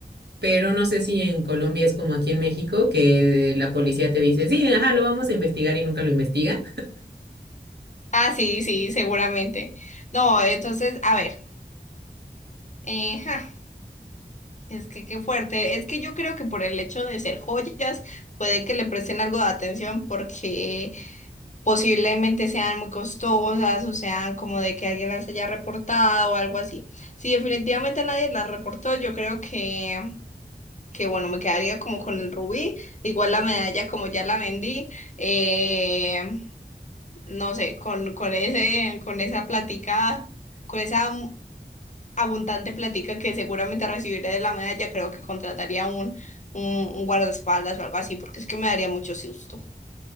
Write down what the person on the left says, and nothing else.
Ah, sí, sí, seguramente. No, entonces, a ver, eh, ja, es que qué fuerte, es que yo creo que por el hecho de ser joyas puede que le presten algo de atención porque... posiblemente sean muy costosas o sean como de que alguien las haya reportado o algo así. Si definitivamente nadie las reportó, yo creo que, que bueno, me quedaría como con el rubí, igual la medalla como ya la vendí, eh, no sé, con, con ese, con esa plática, con esa am- abundante plática que seguramente recibiré de la medalla, creo que contrataría un, un, un guardaespaldas o algo así, porque es que me daría mucho susto.